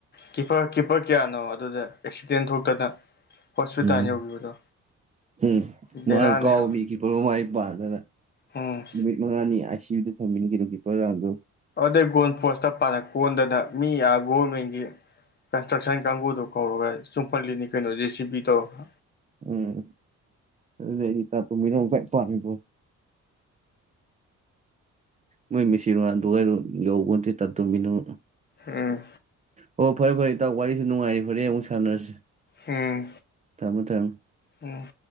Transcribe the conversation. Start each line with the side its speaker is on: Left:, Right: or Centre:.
Left: ꯀꯤꯄꯔ ꯀꯤꯞꯄꯔ ꯀꯌꯥꯅꯣ ꯑꯗꯨꯗ ꯑꯦꯛꯁꯤꯗꯦꯟ ꯊꯣꯛꯇꯅ ꯍꯣꯁꯄꯤꯇꯥꯜ
Right: ꯎꯝ
Left: ꯌꯧꯈꯤꯕꯗꯣ
Right: ꯎꯝ
Left: ꯕꯦꯔꯥꯅꯦ
Right: ꯃꯥꯅ ꯀꯥꯎ
Left: ꯍꯥꯏꯕ
Right: ꯃꯤ ꯀꯤꯄꯔ ꯄꯥꯟꯗꯅ
Left: ꯎꯝ
Right: ꯅꯨꯃꯤꯠ ꯃꯉꯥꯅꯤ ꯑꯥꯏ ꯁꯤ ꯌꯨꯗ ꯊꯝꯃꯤꯅꯤ ꯀꯩꯅꯣ ꯀꯤꯄꯔ ꯔꯥꯎꯟꯗꯣ
Left: ꯑꯗꯨꯗꯩ ꯒꯣꯜ ꯄꯣꯁꯇ ꯄꯥꯅ ꯀꯣꯟꯗꯅ ꯃꯤ ꯑꯥ ꯒꯣꯚꯔꯃꯦꯟꯒꯤ ꯀꯟꯁꯇ꯭ꯔꯛꯁꯟ ꯀꯥꯡꯕꯨꯗꯣ ꯀꯧꯔꯒ ꯆꯨꯝꯐꯝꯜꯂꯤꯅꯤ ꯀꯩꯅꯣ ꯖꯦ ꯁꯤ ꯄꯤ ꯇꯧꯔꯒ
Right: ꯎꯝ ꯑꯗꯨꯅꯦ ꯑꯩ ꯇꯥ ꯇꯣꯝꯕꯤꯅꯧ ꯈ꯭ꯋꯥꯏ ꯄꯝꯃꯤꯀꯣ ꯃꯣꯏ ꯃꯦꯁꯤ ꯔꯣꯅꯥꯜꯗꯣꯍꯣꯏ ꯌꯧꯕ ꯅꯠꯇꯦ ꯇꯥ ꯇꯣꯝꯕꯤꯅꯧ
Left: ꯎꯝ
Right: ꯑꯣ ꯐꯔꯦ ꯐꯔꯦ ꯏꯇꯥꯎ ꯋꯥꯔꯤꯁꯨ ꯅꯨꯡꯉꯥꯏꯔꯤ ꯍꯣꯔꯦꯟ ꯑꯃꯨꯛ ꯁꯥꯟꯅꯔꯁꯤ
Left: ꯎꯝ
Right: ꯊꯝꯃꯣ ꯊꯝꯃꯣ
Left: ꯎꯝ